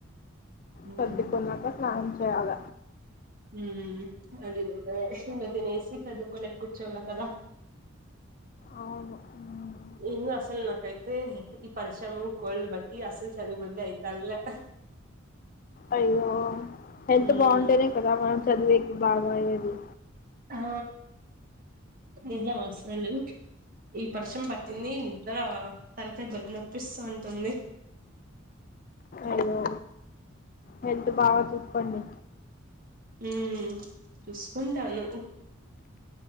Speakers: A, on the right; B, on the left.
A: మ్మ్
B: సర్దికున్నాక స్నానం చేయాల
A: హ అది నిజమే సంగతని ఎసి చదుకోనే కుచ్చోల కదా
B: అవును ఉమ్.
A: ఇను అసలు నాకైతే ఈ పరిశ్రమ కోల్ బట్టి అసలు చదు బుద్ధ అయిత లే
B: అయ్యో హెల్త్
A: మ్మ్
B: బాగుంటేనే కదా మనం చదివేకి బాగా అయ్యేది
A: ఆ నిజం అసలు ఈ వర్షం పట్టింది
B: ఆ,
A: నిద్ర తలకాయ బెల నొప్పిస్తూ ఉంటుంది ఉమ్
B: అయ్యో హెల్త్ బాగా చూసుకోండి
A: ఉ చూసుకుంటాను